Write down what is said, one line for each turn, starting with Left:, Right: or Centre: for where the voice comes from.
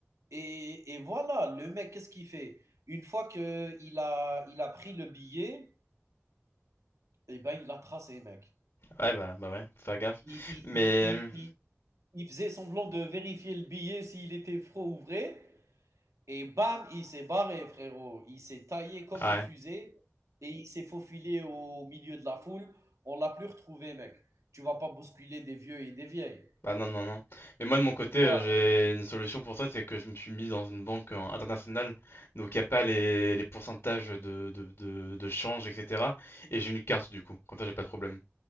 Right: Et, et voilà, le mec, qu'est-ce qu'il fait Une fois qu'il a, il a pris le billet, eh ben, il a tracé, mec.
Left: Ouais, bah, bah ouais, faut faire gaffe.
Right: il, il-
Left: Mais,
Right: il- il- il faisait semblant de vérifier le billet s'il était faux ou vrai. Et bam, il s'est barré, frérot. Il s'est taillé comme
Left: ouais,
Right: une fusée et il s'est faufilé au milieu de la foule. On l'a plus retrouvé, mec. Tu vas pas bousculer des vieux et des vieilles.
Left: bah non, non, non. Mais moi, de mon côté,
Right: Tu vois?
Left: euh, j'ai une solution pour toi, c'est que je me suis mis dans une banque euh, internationale, donc il n'y a pas les, les pourcentages de, de, de, de change, etc. Et j'ai une carte, du coup, comme ça, j'ai pas de problème.